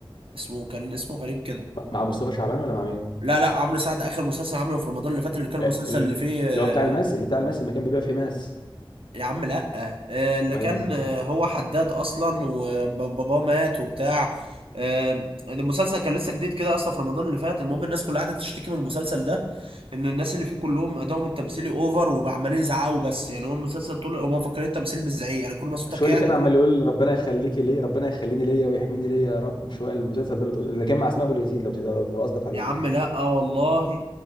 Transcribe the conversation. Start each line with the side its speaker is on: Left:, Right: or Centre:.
Right: اسمه كان اسمه غريب كده
Left: مع مع مصطفى شعبان ولا مع مين؟
Right: لا لا عمرو سعد اخر مسلسل عمله في رمضان اللي فات اللي كان
Left: آه،
Right: المسلسل
Left: ال-
Right: اللي فيه
Left: اللي هو بتاع الماس اللي بتاع الماس اللي كان بيبيع فيه ماس
Right: يا عم لا آه، اللي
Left: ما
Right: كان
Left: ايه
Right: آه، هو حداد اصلا وباباه مات وبتاع آه، المسلسل كان لسه جديد كده اصلا في رمضان اللي فات المهم الناس كلها قعدت تشتكي من المسلسل ده ان الناس اللي فيه كلهم ادائهم التمثيلي اوفر وعمالين يزعقوا بس يعني هو المسلسل طول هم مفكرين التمثيل بالزعيق يعني كل ما صوتك
Left: مش هو
Right: يعلى
Left: اللي كان عمال
Right: كل ما
Left: يقول ربنا يخليكي ليه ربنا يخليني ليا ويحميني ليا يا رب مش هو المسلسل ده اللي تقول- اللي كان مع اسماء ابو اليزيد لو تقدر- لو قصدك عليه
Right: يا عم لا والله